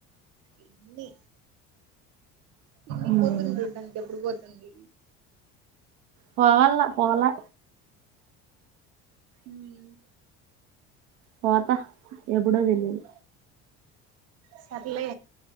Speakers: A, on the right; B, on the right.
A: ఇన్ని కిన్ని
B: ఉమ్
A: కూతుర్నీ చూడ్డానికి ఎప్పుడు పోతుంది
B: పోవలా పోలే
A: ఉమ్
B: పోత ఎప్పుడో తెలీదు
A: సర్లే